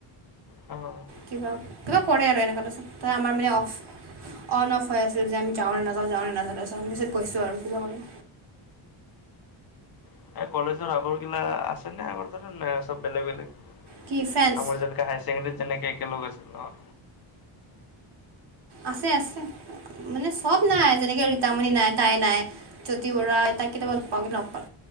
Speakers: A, on the left; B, on the right.
A: অ'।
B: কিবা, কিবা কৰে আৰু এনেকুৱা এটা আছিল ত' আমাৰ মানে অফ। অন অফ হৈ আছিল, যে আমি যাওঁ নে নাযাওঁ, যাওঁ নে নাজাওঁ, আহ তাৰপিছত, আমি গৈছোঁ আৰু কিবা কৰি।
A: এ, কলেজৰ আগৰগিলা আছে নে, আগৰ ত ন চব বেলেগ বেলেগ?
B: কি ফ্ৰেন্স
A: আমাৰ যেনেকা হায়াৰ ছেকেণ্ডৰীত যেনেকে একেলগ আছিল, অ'।
B: আছে, আছে, মানে চব নাই, যেনেকে ৰীতামণি নাই তাই নাই জ্যোতি বুৰাই, তাই কেতিয়াবা <unintelligible> কলেই লগ পাওঁ,